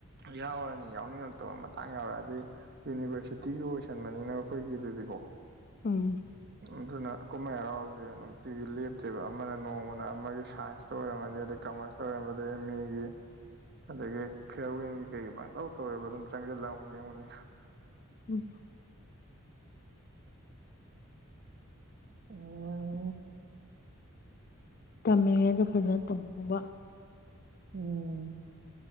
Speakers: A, on the right (about 50°); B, on the left (about 45°).
A: ꯌꯥꯎꯔꯅꯤ ꯌꯥꯎꯅꯤꯡꯉꯛꯇꯕ ꯃꯇꯥꯡ ꯌꯥꯎꯔꯗꯤ ꯌꯨꯅꯤꯚꯔꯁꯤꯇꯤꯁꯨ ꯑꯣꯏꯁꯟꯕꯅꯤꯅ ꯑꯩꯈꯣꯏꯒꯤꯗꯨꯗꯤꯀꯣ
B: ꯎꯝ
A: ꯑꯗꯨꯅ ꯀꯨꯝꯍꯩ ꯍꯔꯥꯎꯁꯤ ꯅꯨꯡꯇꯤꯒꯤ ꯂꯦꯞꯇꯦꯕ ꯑꯃꯅ ꯅꯣꯡꯃꯅ ꯑꯃꯒꯤ ꯁꯥꯏꯟꯁ ꯑꯣꯏꯔꯝꯃꯗꯤ ꯑꯗꯩ ꯀꯃꯔꯁꯇ ꯑꯣꯏꯔꯝꯕꯗꯩ ꯑꯦꯝ ꯃꯤꯒꯤ ꯑꯗꯒꯤ ꯐꯤꯌ꯭ꯔꯋꯦꯟꯒꯤ ꯀꯩꯒꯤ ꯄꯪꯇꯧ ꯇꯧꯋꯦꯕ ꯑꯗꯨꯝ ꯆꯪꯖꯤꯜꯂꯛ ꯑꯃꯨꯛ ꯌꯦꯡꯉꯨꯅꯤ
B: ꯎꯝ
A: ꯑꯣ <unintelligible>
B: ꯇꯝꯃꯤꯉꯩꯗ ꯐꯖꯅ ꯇꯝꯍꯧꯕ
A: ꯎꯝ